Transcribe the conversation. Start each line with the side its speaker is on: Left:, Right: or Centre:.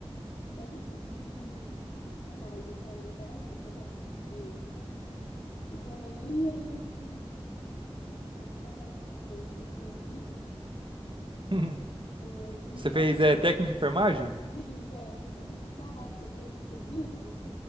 Left: técnico de enfermagem, sabe? Eu gostava muito dessa parte de Isonomia e. Como é que é? Não, esqueci.
Right: <laughs>
Left: É, que a gente
Right: Você
Left: tava-
Right: fez é, técnica de enfermagem?
Left: fiz, é, só que eu tive que parar, porque eu saí do serviço,